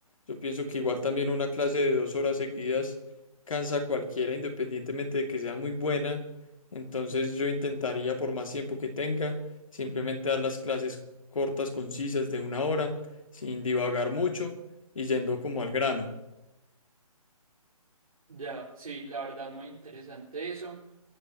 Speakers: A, on the left; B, on the right.
A: Yo pienso que igual también una clase de dos horas seguidas cansa a cualquiera, independientemente de que sea muy buena. Entonces yo intentaría, por más tiempo que tenga, simplemente dar las clases cortas, concisas, de una hora, sin divagar mucho y yendo como al grano.
B: Ya, sí, la verdad muy interesante eso.